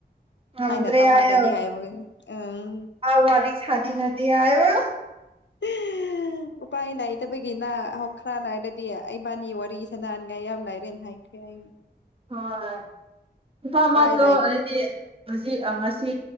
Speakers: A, on the right; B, on the left.
A: ꯉꯝꯗ꯭ꯔꯦ
B: ꯑꯩꯅ ꯇꯧꯍꯥꯂꯥꯅꯤ
A: ꯍꯥꯏꯌꯣ
B: ꯍꯥꯏꯕꯒꯤꯅꯤ ꯎꯝ
A: ꯃꯥ ꯋꯥꯔꯤ ꯁꯥꯥꯅꯤꯡꯉꯥꯗꯤ ꯍꯥꯏꯌꯣ
B: ꯍꯥ ꯎꯄꯥꯏ ꯂꯩꯇꯥꯕꯒꯤ ꯅ ꯍꯣ ꯈ꯭ꯔꯥ ꯂꯩꯔꯥꯗꯤ ꯑꯩꯕꯥꯅꯤ ꯋꯥꯔꯤ <unintelligible> ꯌꯥꯝ ꯂꯥꯏꯔꯦꯅ ꯍꯥꯏꯈ꯭ꯔꯦ ꯑꯩ
A: ꯍꯣꯏ ꯅꯨꯄꯥ ꯑꯃꯗꯣ
B: ꯎꯄꯥꯏ ꯂꯩꯇ꯭ꯔꯦ
A: ꯑꯩꯗꯤ ꯍꯧꯖꯤꯛ ꯑꯥ ꯉꯁꯤ